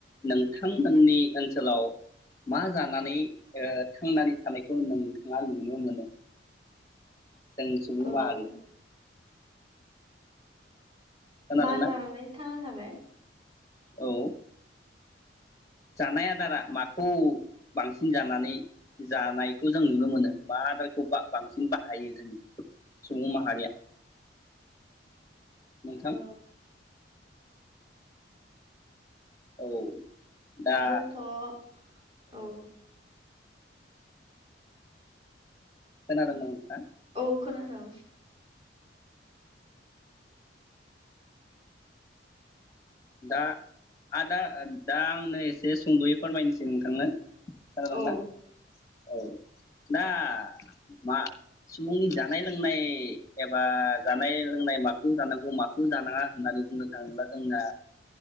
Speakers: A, on the left; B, on the right.
A: नोंथांमोननि ओनसोलाव मा जानानै ओ थांनानै थानायखौ नोंथाङा नुनो मोनो जोंनि सुबुं
B: ओ
A: माहारिखौ खोनादोंना
B: मा जानानै थांना थादो?
A: औ जानाय आदारा माखौ बांसिन जानानै जानायखौ जों नुनो मोनो मा आदारखौ बा-बांसिन बाहायो जों सुबुं माहारिया? नोंथां
B: ओ
A: औ दा
B: जोंथ औ
A: खोनादोंना नोंथां?
B: औ खोनादों।
A: दा आदा दा आंनो एसे सुंदयै फोरमायनोसै नोंथांनो। खोनादोंना
B: औ
A: औ दा मा सुबुंनि जानाय लोंनाय एबा जानाय लोंनाय माखौ जानांगौ माखौ जानाङा होननानै बुंनो थाङोब्ला जोंना